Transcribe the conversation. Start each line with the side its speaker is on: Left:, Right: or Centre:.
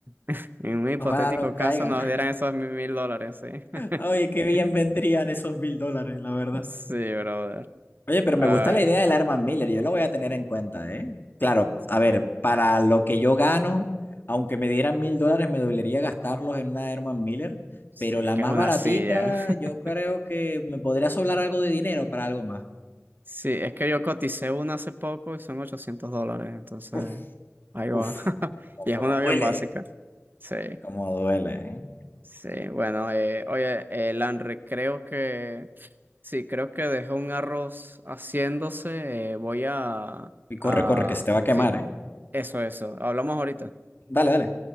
Right: <laughs> en un hipotético
Left: Ojalá no caigan.
Right: caso, nos dieran esos mi- mil dólares, sí.
Left: Oye, qué bien
Right: <laughs>
Left: vendrían esos mil dólares, la verdad.
Right: Sí, brother.
Left: Oye, pero
Right: Ay,
Left: me gusta la idea del Arman Miller, yo lo voy a tener en cuenta, ¿eh? Claro,
Right: sí,
Left: a ver, para lo que yo gano, aunque me dieran mil dólares, me dolería gastarlos en una Herman Miller,
Right: sí,
Left: pero la
Right: es que
Left: más
Right: es una
Left: baratita,
Right: silla. <laughs>
Left: yo creo que me podría sobrar algo de dinero para algo más.
Right: Sí, es que yo coticé una hace poco y son 800 dólares, entonces
Left: Uf,
Right: ahí va.
Left: uf,
Right: <laughs>
Left: como,
Right: Y
Left: como
Right: es una bien
Left: duele,
Right: básica.
Left: ¿eh?
Right: Sí.
Left: Como duele, ¿eh?
Right: Sí, bueno, eh, oye, eh, Lanre, creo que, sí, creo que dejé un arroz haciéndose, eh, voy a,
Left: Y corre,
Right: a,
Left: corre, que se te va a quemar,
Right: sí,
Left: ¿eh?
Right: eso, eso, hablamos ahorita.
Left: Dale, dale.